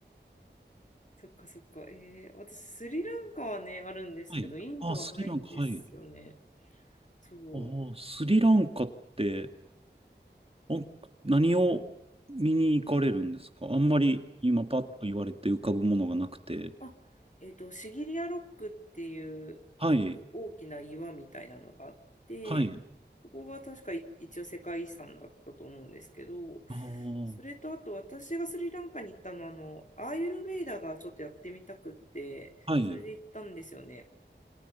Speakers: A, on the left; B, on the right.
A: そっかそっか。えー、私、スリランカはね、あるんですけど、
B: はい。
A: インドはないんですよね。
B: あスリランカ、はい。
A: そう。
B: ああ、スリランカって、あ、何を見に行かれるんですかあんまり今パッと言われて浮かぶものがなくて。
A: え、あ、えっと、シギリアロックっていう、
B: はい、
A: なんか大きな岩みたいなのがあって、
B: はい。
A: そこが確かい一応世界遺産だったと思うんですけど、
B: ああ、
A: それとあと私がスリランカに行ったのは、あの、アーユルヴェイダがちょっとやってみたくって、
B: はい。
A: それで行ったんですよね。